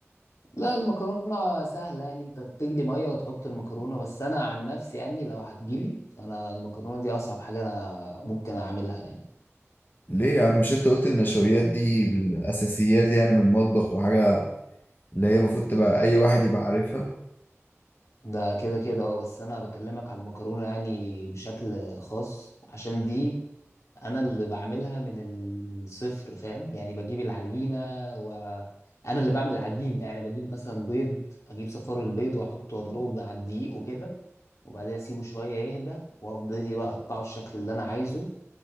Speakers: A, on the left; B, on the left.
A: لا المكرونة سهلة يعني انت بتجلي مية وتحط المكرونة بس انا عن نفسي يعني لو هتجيلي فانا المكرونة دي اصعب حاجة أنا ممكن اعملها يعني
B: ليه يا عم مش انت قلت النشويات دي الاساسيات يعني من المطبخ وحاجه اللي هي المفروض تبقى اي واحد يبقى عارفها
A: ده كده كده اه بس انا بكلمك على المكرونة يعني بشكل خاص عشان دي انا اللي بعملها من الصفر فاهم يعني بجيب العجينة وانا اللي بعمل العجين يعني بجيب مثلا بيض اجيب صفار البيض واحطه واضربه مع الدقيق وكده وبعدها اسيبه شوية يهدى وافضل إيه بقى اقطعه الشكل اللي انا عايزه